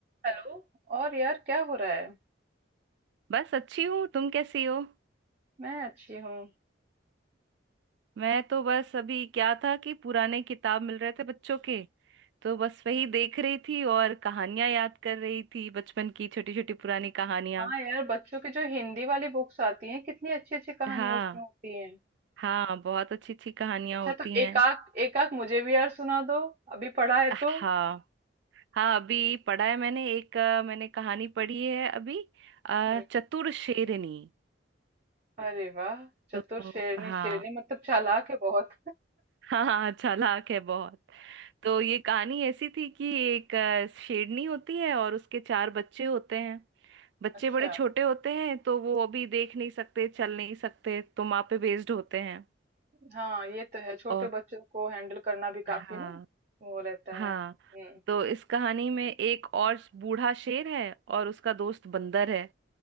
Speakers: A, on the right; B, on the right.
A: Hello और यार क्या हो रहा है
B: बस अच्छी हूँ तुम कैसी हो
A: मैं अच्छी हूँ
B: मैं तो बस अभी क्या था कि पुराने किताब मिल रहे थे बच्चों के तो बस वही देख रही थी और कहानियां याद कर रही थी बचपन की छोटी छोटी पुरानी कहानियां
A: हाँ यार बच्चों की जो हिंदी वाली बुक्स आती हैं कितनी अच्छी अच्छी कहानियां
B: हाँ
A: उसमें होती हैं
B: हाँ बहुत अच्छी अच्छी कहानियां
A: अच्छा
B: होती
A: तो
B: हैं
A: एकाक एकाक मुझे भी यार सुना दो अभी पढ़ा है
B: हाँ
A: तो
B: हाँ अभी पढ़ा है मैंने एक अ, मैंने कहानी पढ़ी है अभी अ,
A: हम्म
B: चतुर शेरनी
A: अरे वाह चतुर
B: तो
A: शेरनी
B: हाँ
A: शेरनी मतलब चालाक है बहुत
B: हाँ हाँ चालाक है बहुत तो ये कहानी ऐसी थी कि एक अ, शेरनी होती है और उसके चार बच्चे होते हैं बच्चे
A: <laughs> अच्छा
B: बड़े छोटे होते हैं तो वो अभी देख नहीं सकते चल नहीं सकते तो माँ पे बेस्ड होते हैं
A: हाँ ये तो है छोटे
B: और
A: बच्चों को हैंडल करना भी
B: हाँ
A: काफी ना वो रहता
B: हाँ
A: है हम्म
B: तो इस कहानी में एक और बूढ़ा शेर है और उसका दोस्त बंदर है